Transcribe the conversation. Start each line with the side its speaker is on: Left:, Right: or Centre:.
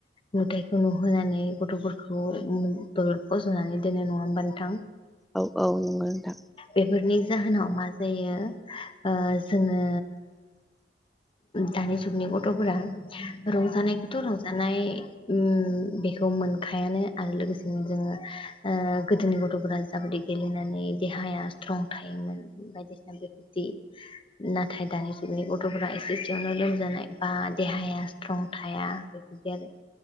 Left: नुथाय नुहोनानै। गथ'फोरखौ दलद फजनानै दोनो नङा होमबा नों थां।
Centre: औ औ नंगौ नोंथां।
Left: बेफोरनि जाहोनाव मा जायो। आ ओ जोङो दानि जुगनि गथफोरा। रंजानायखौथ रं जानाय ओम बेखौ मोनखायानो आरो लोगोसे। नोजो ओ गोदोनि गथ'फोरा जाबादि गेलेनानै। देहाया स्ट्रं थायोमोन बायदिसिना बेफोरदि। नाथाय दानि जुगनि गथ'फोरा एसे एसेयावनो लोमजानाय बा देहाया स्ट्रं थाया। <unintelligible>